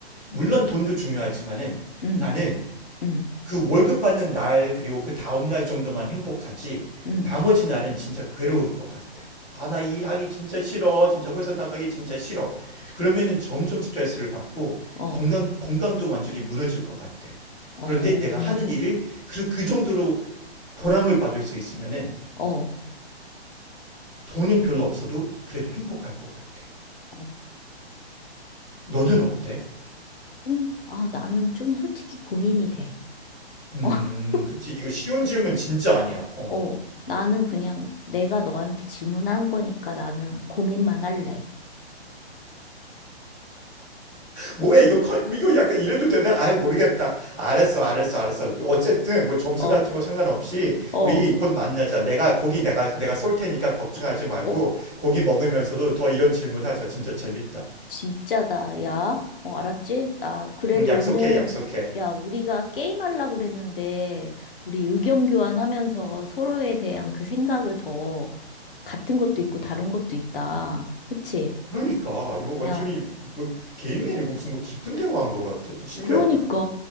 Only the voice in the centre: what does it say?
물론 돈도 중요하지만은
나는
그 월급 받는 날 그리고 그 다음 날 정도만 행복하지
나머지 날은 진짜 괴로울 것 같아. 아, 나 일하기 진짜 싫어. 진짜 회사 나가기 진짜 싫어. 그러면은 점점 스트레스를 받고
건강, 건강도 완전히 무너질 것 같아.
그런데 내가 하는 일을 그, 그 정도로 보람을 받을 수 있으면은
돈은 별로 없어도 그래도 행복할 것 같아.
너는 어때?
음,
그치. 이거 쉬운 질문 진짜 아니야. 어.
뭐야 이거 커, 이거 약간 이래도 되나? 아유 모르겠다. 알았어, 알았어, 알았어. 그 어쨌든 뭐 점수
같은 거 상관없이
우리 곧 만나자. 내가 고기 내가 내가 쏠 테니까 걱정하지 말고
고기 먹으면서도 더 이런 질문하자. 진짜 재밌다.
응, 약속해,
약속해.
그러니까 이거 완전히
뭐 게임이 아니고 무슨 뭐 깊은 대화한 것 같아. 좀 신기하다.